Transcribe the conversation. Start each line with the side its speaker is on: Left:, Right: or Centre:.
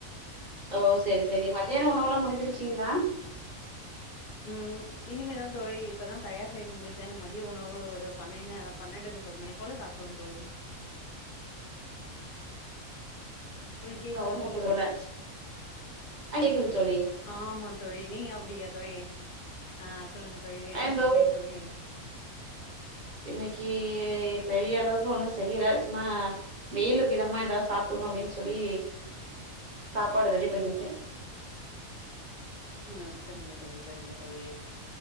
Right: ஓ செரி செரி மத்தியான உணவெல்லா மு வந்துருச்சிங்ளா
Left: ம் இனிமேதா தோழி இப்பதா தயார் செய்து முடித்தேன் மதிய உணவு ஒரு பன்னென்னு பன்னென்டு நுப்பது மணி போல சாப்டுவோம் தோழி தோழி கேக்குதா
Right: ஒன்
Left: உங்களுக்கு
Right: முப்பது போல ஆ கேக்குது தோழி
Left: ஆமாந் தோழி நீங்க அப்டி தோழி ஆ சொல்லுங்க தோழி என்ன
Right: இந்த
Left: சமயல் தோழி
Right: இன்னைக்கு பெரிய அளவுக்கு ஒண்ணு செய்யல ம்மா வெயிலுக்கு இதமா சாப்ட்டுக்கோ
Left: ம்
Right: அப்டின்னு சொல்லி சாப்பாடு ரெடி வ <unintelligible>
Left: உம் சரிங்க தோழி சரிங்க தோழி